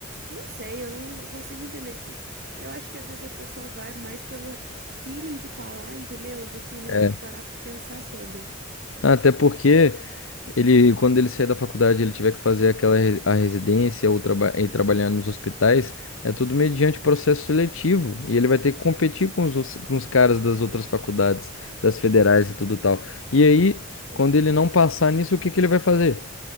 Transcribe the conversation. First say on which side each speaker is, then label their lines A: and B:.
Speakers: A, on the right; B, on the left.
A: não sei, eu não consigo entender. Tipo, eu acho que às vezes a pessoa vai mais pelo feeling de estar lá, entendeu? Do que realmente
B: É.
A: parar pra pensar sobre.
B: Até porque ele, quando ele sair da faculdade, ele tiver que fazer aquela re- a residência ou traba e trabalhar nos hospitais, é tudo mediante processo seletivo e ele vai ter que competir com os, os- com os caras das outras faculdades, das federais e tudo tal. E aí,
A: Sim.
B: quando ele não passar nisso, o que que ele vai fazer?